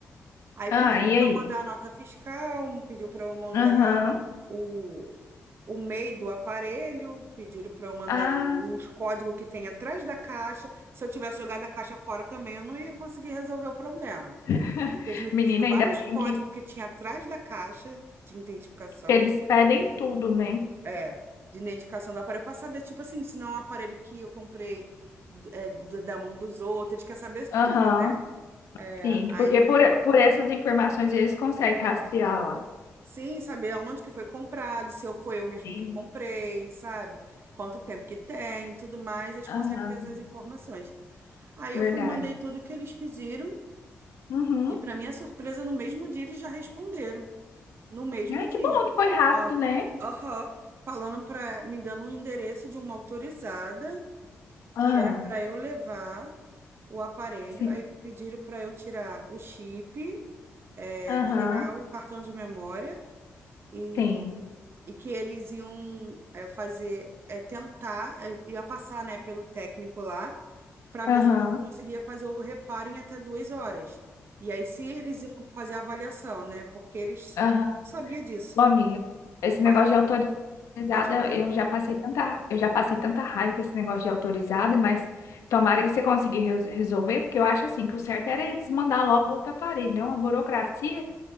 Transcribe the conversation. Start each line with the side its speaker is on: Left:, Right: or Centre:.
Right: Aí
Left: Ah,
Right: pediu
Left: e
Right: para
Left: aí?
Right: eu mandar a nota fiscal, pediu para eu mandar
Left: Aham.
Right: o, o MEI do aparelho, pediram para eu mandar
Left: Ah,
Right: uns códigos que tem atrás da caixa. Se eu tivesse jogado a caixa fora também, eu não ia conseguir resolver o problema.
Left: <laughs>
Right: Porque eles me pediram
Left: menina,
Right: vários
Left: ainda bem
Right: códigos
Left: que
Right: que tinha atrás da caixa de identificação.
Left: eles pedem tudo, né?
Right: É, de identificação do aparelho, para saber, tipo assim, se não é um aparelho que eu comprei é, do- da mão dos outros, ele quer saber
Left: Aham.
Right: tudo, né? É,
Left: Sim,
Right: aí,
Left: porque por, por essas informações eles conseguem rastreá-la.
Right: sim, saber onde que foi comprado, se eu foi eu mesmo
Left: Sim.
Right: que comprei, sabe? Quanto tempo que tem, e tudo mais, eles
Left: Aham,
Right: conseguem ter essas informações. Aí
Left: verdade.
Right: eu fui, mandei tudo que eles pediram,
Left: Uhum.
Right: e para minha surpresa, no mesmo dia eles já responderam, no mesmo
Left: Ai,
Right: dia.
Left: que bom que foi rápido,
Right: Fal-
Left: né?
Right: Aham, falando para, me dando um endereço de uma autorizada
Left: Ah,
Right: que era para eu levar o aparelho,
Left: sim.
Right: aí pediram para eu tirar o chip, é,
Left: Aham,
Right: tirar o cartão de memória e,
Left: sim.
Right: e que eles iam é, fazer, é, tentar, é, ia passar, né, pelo técnico lá para
Left: Aham.
Right: ver se conseguia fazer o reparo em até duas horas. E aí se eles iam fazer a avaliação, né, porque eles
Left: Não.
Right: sabia disso.
Left: Ô, amiga, esse
Right: Mas
Left: negócio de autorizada,
Right: pode falar.
Left: eu já passei tanta, eu já passei tanta raiva com esse negócio de autorizada, mas tomara que você consiga res- resolver, porque eu acho assim que o certo era eles mandar logo outro aparelho, não uma burocracia.